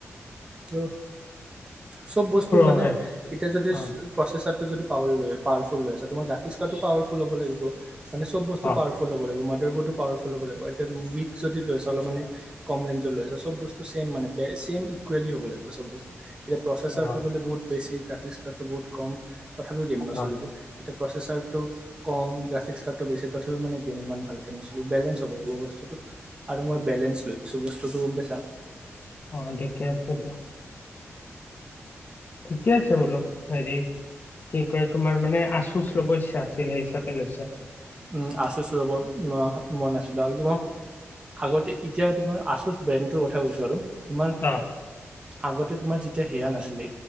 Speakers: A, on the right; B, on the left.
A: ত' চব বস্তু
B: প্ৰ
A: মানে
B: হয়
A: এতিয়া যদি
B: অ
A: প্ৰচেচাৰটো যদি পাৱা ফুল পাৱাৰফুল হৈ আছে, তোমাৰ গ্ৰাফিক্স টো পাৱাৰফুল হ'ব লাগিব মানেব বস্তুাৱাৰফুল
B: অ
A: ফুল হ'ব লাগিব, মডাৰ বৰ্ড ও পাৱাৰফুল হ'ব লাগিব। এতিয়া উইক যদি লৈছে অলপ মানে কম ৰেঞ্জত লৈ আছে চব বস্তু চছেম মানে চছেম ইকুৱেলি হ'ব লাগিব চব বস্তু। এতিয়া প্ৰচেছাৰটো
B: অ
A: বোলে বহুত বেছি, গ্ৰাফিক্স কাৰ্ডটো বহুত কম তথাপিও গেম নচলিব।
B: অ অ
A: এতিয়া প্ৰচেচাৰটো কম গ্ৰাফিক্স কাৰ্ডটো বেছি তথাপিও মানে গেম ইমান ভালকে নছলিব বেলেঞ্চ হ'ব লাগিব বস্তুটো। আৰু মই বেলেঞ্চ লৈ আছো বস্তুটো গম পাইছা।
B: অ ঠিকে আছে দিয়া। ঠিকে আছে বোলো হেৰি কি কয় তোমাৰ মানে আচুচ ল'ব ইচ্ছা আছিল সেই হিচাপে লৈছো?
A: উম আচুচ লবৰ মন আছিল আৰু আগতে এতিয়া তোমাৰ আচুচ ব্ৰেণ্ডৰ কথা কৈছো আৰু তোমাৰ
B: অ
A: আগতে তোমাৰ যেতিয়া সেয়া নাছিলে,